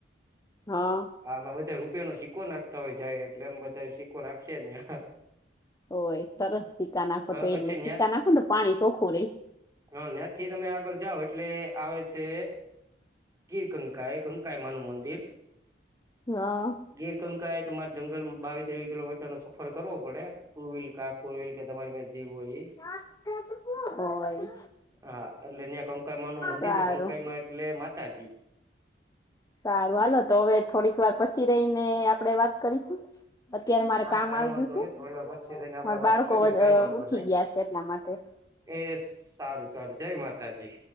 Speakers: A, on the left; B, on the right.
A: હા.
B: આમાં બધા રૂપિયા નો સિકકો નાખતા હોય જાય એટલે એમ બધા સિકકો નાખીએ ને આ
A: હોય સરસ સિકકા નાખો
B: અ
A: તો
B: પછી
A: એટલે સિક્કા નાખો ને તો પાણી ચોખું રહી.
B: હ ત્યાંથી તમે આગળ જાઓ એટલે આવે છે. કીર કંકા એ કંકા એ માનું મંદિર
A: હા.
B: ગીરકંકા એ તમારે જંગલમાં બાવીસ ત્રેવીસ કિલોમીટરો સફર કરવો પડે ટુ વ્હીલ કા ફોર વ્હીલ ક તમારી પા જીવો હ
A: હ ઓય
B: હા એટલે ત્યાં કંકાઈમા નું મંદિર
A: સારું
B: છે કંકાઈમા એટલે માતાજી
A: સારું હાલો તો હવે થોડીક વાર પછી રહીને આપડે વાત કરીશું. અત્યારે મારે
B: હા
A: કામ
B: કઈ
A: આવી
B: વાંધો
A: ગયું
B: નઈ થોડી
A: છે
B: વાર પછી થઈને આપડે
A: મારા
B: વાત
A: બાળકો
B: કરીએ
A: બધ
B: કઈ વાંધો
A: ઉઠી
B: નઈ
A: ગયા છે એટલા માટે
B: એ સારું સારું જય માતાજી